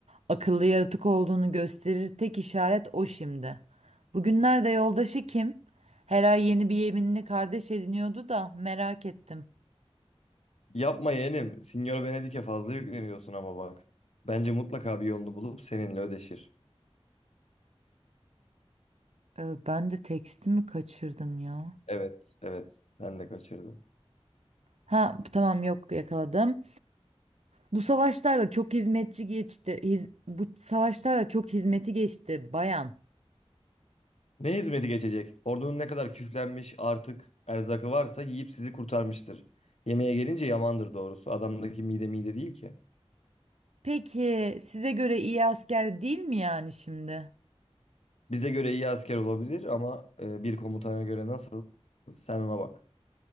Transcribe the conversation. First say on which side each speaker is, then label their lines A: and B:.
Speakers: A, on the right; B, on the left.
A: Akıllı yaratık olduğunu gösterir tek işaret o şimdi. Bugünlerde yoldaşı kim? Her ay yeni bir yeminli kardeş ediniyordu da merak ettim.
B: Yapma yeğenim. Sinyor Venedik'e fazla yükleniyorsun ama bak. Bence mutlaka bir yolunu bulup seninle ödeşir.
A: Ee, ben de tekstimi kaçırdım ya.
B: Evet, evet. Sen de kaçırdın.
A: Ha tamam yok yakaladım. Bu savaşlarla çok hizmetçi geçti. Hiz- bu savaşlarla çok hizmeti geçti bayan.
B: Ne hizmeti geçecek? Ordunun ne kadar küflenmiş artık erzakı varsa yiyip sizi kurtarmıştır. Yemeğe gelince yamandır doğrusu. Adamdaki mide mide değil ki.
A: Peki size göre iyi asker değil mi yani şimdi?
B: Bize göre iyi asker olabilir ama e, bir komutana göre nasıl? Sen ona bak.